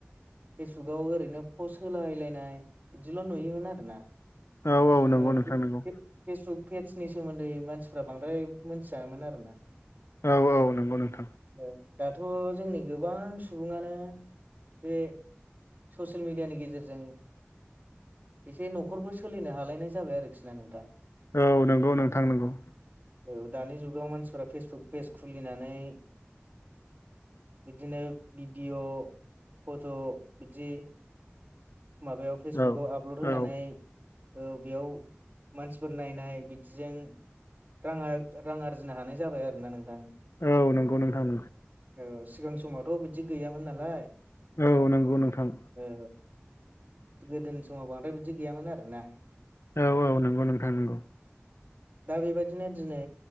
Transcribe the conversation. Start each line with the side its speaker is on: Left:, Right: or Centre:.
Right: फेसबुकाव ओरैनो पस्ट होलायलायनाय बिदिल' नुयोमोन आरो ना
Left: औ औ
Right: जोङो
Left: नंगौ नोंथां
Right: फे-फे-फेसबुक
Left: नंगौ
Right: पेजनि सोमोन्दै मानसिफ्रा बांद्राय मोनथियामोन आरोना।
Left: औ औ नोंगौ नोंथां।
Right: औ दाथ' जोंनि गोबां सुबुङानो बे। ससियेल मिडियानि गेजेरजों एसे न'खरबो। सोलिनो हालायनाय जाबाय आरोखि ना नोंथां।
Left: औ नंगौ नोंथां नंगौ।
Right: औ दानि जुगाव मानसिफोरा फेसबुक पेज खुलिनानै। बिदिनो भिडिअ' फट' बिदि माबायाव फेसबुकाव
Left: औ
Right: आपलड होनानै
Left: औ
Right: ओ बेयाव मानसि नायनाय बिदिजों रां रां आरजिनो हानाय जाबाय आरो ना नोंथां।
Left: औ नंगौ नोंथां।
Right: औ सिगां समावथ' बिदि गैयामोन नालाय।
Left: औ नंगौ नोंथां
Right: ओ गोदोनि समाव बांद्राय बिदि गैयामोन आरोना?
Left: औ औ नंगौ नोंथां नंगौ।
Right: दा बेबायदिनो दिनै